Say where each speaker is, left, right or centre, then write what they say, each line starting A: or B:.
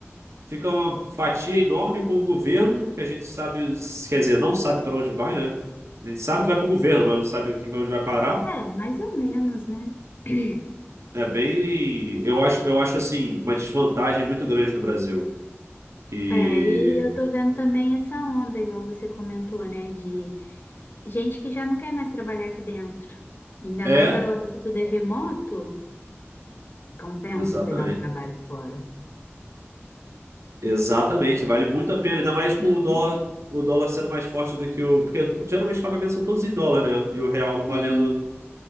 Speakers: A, on the right (about 80°); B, on the left (about 45°).
A: Fica uma fatia enorme com o governo, que a gente sabe, quer dizer, não sabe para onde vai, né? A gente sabe que vai para o governo, mas não sabe quem que- onde vai parar.
B: É, mais ou menos, né? <clears throat>
A: É bem, eu acho, eu acho assim, uma desvantagem muito grande do Brasil, que
B: É, e eu tô vendo também essa onda, igual você comentou, né? De Gente que já não quer mais trabalhar aqui dentro. Ainda
A: é
B: mais agora que tudo é remoto, compensa
A: Exatamente.
B: pegar um trabalho fora.
A: Exatamente. Vale muito a pena, ainda mais com
B: Sim,
A: o dólar, o dólar sendo mais forte do que o. Porque geralmente os pagamentos são todos em dólar, né? E o real não valendo,
B: sim.